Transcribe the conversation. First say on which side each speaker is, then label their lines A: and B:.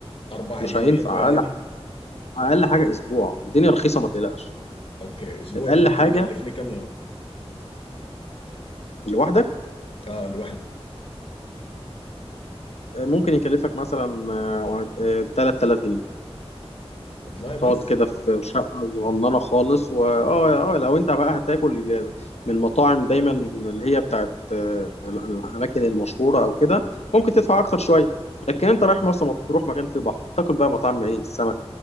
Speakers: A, on the left; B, on the left.
A: أربع
B: مش
A: أيام
B: هينفع
A: حلوة يعني
B: اقل اقل حاجه اسبوع الدنيا رخيصه ما تقلقش
A: أوكي الأسبوع
B: اقل
A: ده ممكن
B: حاجه
A: يكلفني كم يوم
B: لوحدك
A: آه لوحدي
B: ممكن يكلفك مثلا آه، آه، 3000 جنيه
A: والله بس
B: تقعد كده في شقة صغننة خالص واه اه آه، لو انت بقى هتاكل من مطاعم دايما اللي هي بتاعت آه، الأماكن المشهورة أو كده ممكن تدفع أكتر شوية لكن انت رايح مرسى مطروح مكان فيه بحر تاكل بقى مطاعم ايه السمك